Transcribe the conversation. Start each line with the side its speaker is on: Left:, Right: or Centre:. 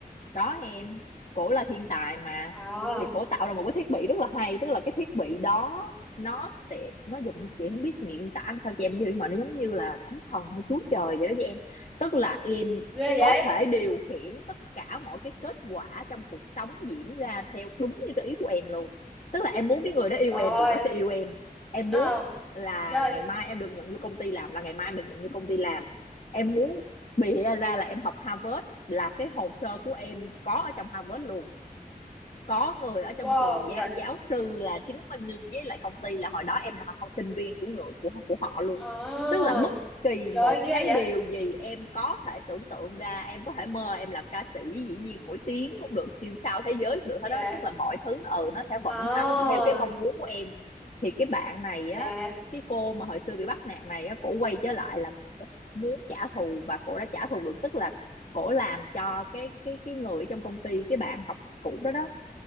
Left: có em cổ là thiên tài mà
Centre: à
Left: thì cổ tạo ra một cái thiết bị rất là hay tức là cái thiết bị đó nó sẽ nó dùng chị không biết miệng tả làm sao cho em hiểu nhưng mà nó giống như là thánh thần hay chúa trời vậy đó với em tức là em
Centre: ghê
Left: có
Centre: vậy
Left: thể điều khiển tất cả mọi cái kết quả trong cuộc sống diễn ra theo đúng như cái ý của em luôn tức là em muốn cái người đó yêu
Centre: trời
Left: em người đó sẽ yêu em em
Centre: ờ
Left: muốn là
Centre: trời
Left: ngày mai em được nhận vô công ty làm là ngày mai em được nhận vô công ty làm em muốn bịa ra là em học Harvard là cái hồ sơ của em có ở trong Harvard luôn có người ở trong
Centre: wow
Left: trường giáo,
Centre: trời
Left: giáo sư là chứng minh với lại công ty là hồi đó em là học sinh viên của người của của họ luôn
Centre: à
Left: tức là bất kỳ
Centre: trời
Left: một
Centre: ơi, ghê
Left: cái
Centre: vậy
Left: điều gì em có thể tưởng tượng ra em có thể mơ em làm ca sĩ dĩ nhiên nổi tiếng cũng được siêu sao thế giới cũng được
Centre: dạ
Left: hết đó tức là mọi thứ ừ nó sẽ vận
Centre: à
Left: hành theo cái mong muốn của em thì cái bạn này
Centre: dạ
Left: á cái cô mà hồi xưa bị bắt nạt này á cổ quay trở lại là cổ muốn trả thù và cổ đã trả thù được tức là cổ làm cho cái cái cái người trong công ty cái bạn học cũ đó đó